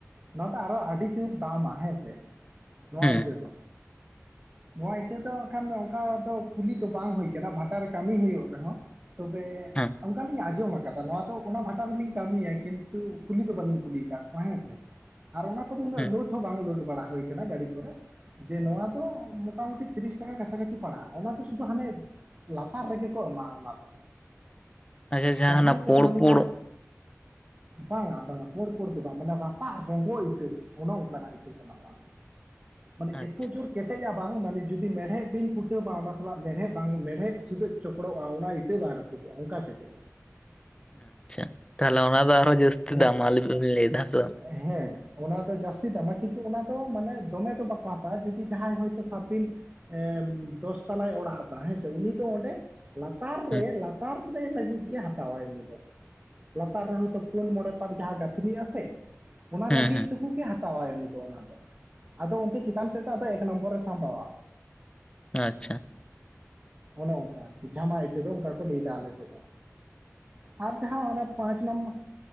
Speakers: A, on the right; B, on the left.
A: ᱱᱚᱣᱟ ᱫᱚ ᱟᱨᱚ ᱟᱹᱰᱤ ᱡᱳᱨ ᱫᱟᱢᱟ ᱦᱮᱸᱥᱮ ᱱᱚᱣᱟ
B: ᱦᱩᱸ
A: ᱤᱴᱟᱹ ᱫᱚ᱾ ᱱᱚᱣᱟ ᱤᱴᱟᱹ ᱫᱚᱠᱷᱟᱱ ᱚᱱᱠᱟ ᱫᱚ ᱠᱩᱞᱤ ᱫᱚ ᱵᱟᱝ ᱦᱩᱭ ᱠᱟᱱᱟ ᱵᱷᱟᱴᱟᱨ ᱨᱮ ᱠᱟᱹᱢᱤ ᱦᱩᱭᱩᱜ ᱨᱮᱦᱚᱸ᱾ ᱛᱚᱵᱮ
B: ᱦᱩᱸ
A: ᱚᱱᱠᱟᱞᱤᱧ ᱟᱸᱡᱚᱢ ᱟᱠᱟᱫᱟ᱾ ᱱᱚᱣᱟ ᱫᱚ ᱚᱱᱟ ᱵᱷᱟᱴᱟ ᱨᱮᱞᱤᱧ ᱠᱟᱹᱢᱤᱭᱟ ᱠᱤᱱᱛᱩ ᱠᱩᱞᱤ ᱫᱚ ᱵᱟᱞᱤᱧ ᱠᱩᱞᱤ ᱟᱠᱟᱫ ᱠᱚᱣᱟ ᱦᱮᱸᱥᱮ᱾ ᱟᱨ ᱚᱱᱟ ᱠᱚᱫᱚ ᱩᱱᱟᱹᱜ
B: ᱦᱩᱸ
A: ᱞᱳᱰ ᱦᱚᱸ ᱵᱟᱝ ᱞᱳᱰ ᱵᱟᱲᱟ ᱦᱩᱭ ᱟᱠᱟᱱᱟ ᱜᱟᱹᱰᱤ ᱠᱚᱨᱮ᱾ ᱡᱮ ᱱᱚᱣᱟ ᱫᱚ ᱢᱚᱴᱟᱢᱩᱴᱤ ᱛᱤᱨᱤᱥ ᱴᱟᱠᱟ ᱠᱟᱪᱷᱟ ᱠᱟᱪᱷᱤ ᱯᱟᱲᱟᱜᱼᱟ ᱚᱱᱟ ᱫᱚ ᱥᱩᱫᱷᱩ ᱦᱟᱱᱮ ᱞᱟᱛᱟᱨ ᱨᱮᱜᱮᱼᱼ ᱠᱚ ᱮᱢᱟ ᱚᱱᱟ ᱫᱚ
B: ᱟᱪᱪᱷᱟ ᱡᱟᱦᱟᱸ
A: ᱡᱟᱦᱟᱸᱭ
B: ᱚᱱᱟ ᱯᱳᱲ
A: ᱠᱚᱫᱚ ᱦᱟᱱᱮ
B: ᱯᱳᱲ
A: ᱡᱟᱼᱼ ᱵᱟᱝᱟ ᱵᱟᱝᱟ ᱯᱟᱹᱲ ᱯᱟᱹᱲ ᱫᱚ ᱵᱟᱝ ᱢᱟᱱᱮ ᱨᱟᱯᱟᱜ ᱨᱚᱝᱜᱚ ᱴᱟᱹ ᱚᱱᱮ ᱚᱱᱠᱟᱱᱟᱜ ᱴᱟᱹ ᱠᱟᱱᱟ ᱱᱚᱣᱟ
B: <inaudible>
A: ᱫᱚ ᱢᱟᱱᱮ
B: ᱟᱪᱪᱷᱟ
A: ᱮᱛᱚ ᱡᱚᱨᱼᱼ ᱠᱮᱴᱮᱡᱼᱟ ᱵᱟᱝ ᱢᱟᱱᱮ ᱡᱩᱫᱤ ᱢᱮᱲᱦᱮᱫ ᱵᱤᱱ ᱠᱩᱴᱟᱹᱣᱢᱟ ᱚᱱᱟ ᱥᱟᱞᱟᱜ ᱢᱮᱲᱦᱮᱫ ᱵᱟᱝ ᱢᱮᱲᱦᱮᱫ ᱥᱩᱫᱷᱟᱹᱜᱼᱼ ᱪᱚᱚᱠᱲᱚᱜᱼᱟ ᱚᱱᱟ ᱤᱛᱟᱹ ᱵᱟᱝ ᱨᱟᱹᱯᱩᱫᱚᱜᱼᱟ ᱚᱱᱠᱟ ᱠᱮᱴᱮᱡᱼᱼ
B: ᱟᱪᱪᱷᱟ ᱛᱟᱦᱚᱞᱮ ᱚᱱᱟ ᱫᱚ ᱟᱨᱦᱚᱸ ᱡᱟᱹᱥᱛᱤ
A: ᱢᱟᱱᱮ
B: ᱫᱟᱢ ᱟᱞᱤᱱ ᱞᱟᱹᱭᱫᱟ ᱦᱮᱸᱥᱮ ᱵᱟᱝ?
A: ᱦᱮᱸ ᱚᱱᱟ ᱫᱚ ᱡᱟᱹᱥᱛᱤ ᱫᱟᱢᱟ ᱠᱤᱱᱛᱩ ᱚᱱᱟ ᱫᱚ ᱢᱟᱱᱮ ᱫᱚᱢᱮ ᱫᱚ ᱵᱟᱠᱚ ᱦᱟᱛᱟᱣᱟ ᱡᱩᱫᱤ ᱡᱟᱦᱟᱸᱭ ᱦᱚᱭᱛᱳ ᱥᱟᱵᱵᱤᱱᱼᱼ ᱮ ᱫᱚᱥ ᱛᱟᱞᱟᱭ ᱚᱲᱟᱜ ᱮᱫᱟ ᱦᱮᱸ ᱥᱮ ᱩᱱᱤ ᱫᱚ ᱚᱸᱰᱮᱼᱼ ᱞᱟᱛᱟᱨ ᱨᱮ
B: ᱦᱩᱸ
A: ᱞᱟᱛᱟᱨ ᱨᱮ ᱞᱟᱹᱜᱤᱫ ᱜᱮ ᱦᱟᱛᱟᱭ ᱩᱱᱤ ᱫᱚ ᱞᱟᱛᱟᱨ ᱨᱮ ᱦᱚᱭᱛᱚᱼᱼ ᱯᱩᱱ ᱢᱚᱬᱮ ᱯᱟᱴ ᱡᱟᱦᱟᱸ ᱜᱟᱹᱛᱷᱱᱤᱜ ᱟᱥᱮ ᱚᱱᱟ
B: ᱦᱩᱸ
A: ᱞᱟᱹᱜᱤᱫ
B: ᱦᱩᱸ
A: ᱛᱮᱠᱚ ᱜᱮᱼᱼ ᱦᱟᱛᱟᱣᱟᱭ ᱩᱱᱤ ᱫᱚ ᱚᱱᱟ ᱫᱚ ᱟᱫᱚ ᱚᱱᱛᱮ ᱪᱮᱛᱟᱱ ᱥᱮᱫ ᱫᱚᱫᱚ ᱮᱠ ᱱᱚᱢᱵᱚᱨ ᱮᱭ ᱥᱟᱢᱵᱟᱣᱟ᱾
B: ᱟᱪᱪᱷᱟ᱾
A: ᱚᱱᱮ ᱚᱱᱠᱟ ᱡᱷᱟᱢᱟ ᱤᱴᱟᱹ ᱫᱚ ᱚᱱᱠᱟ ᱠᱚ ᱞᱟᱹᱭᱫᱟ ᱟᱞᱮ ᱥᱮᱫ ᱫᱚ᱾ ᱟᱨ ᱡᱟᱦᱟᱸ ᱚᱱᱟ ᱯᱟᱸᱪ ᱱᱚᱢᱵᱚᱨ